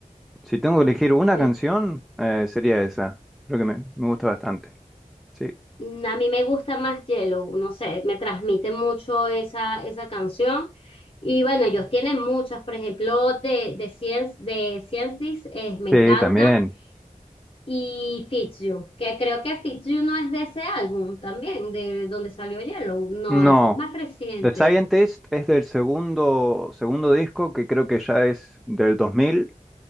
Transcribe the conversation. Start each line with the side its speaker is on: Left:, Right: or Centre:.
Centre: si tengo que elegir una
Left: <laughs>
Centre: canción, eh, sería esa. Creo que me, me gusta bastante. Sí,
Left: Mm, A mí me gusta más Yellow, no sé, me transmite mucho esa, esa canción. Y bueno, ellos tienen muchas, por ejemplo, de, de Science, de Science This, eh, me
Centre: sí,
Left: encanta.
Centre: también.
Left: Y Fix You, que creo que Fix You no es de ese álbum también, de donde salió Yellow. No,
Centre: No,
Left: ese es más reciente.
Centre: The Scientist es del segundo, segundo disco que creo que ya es del 2000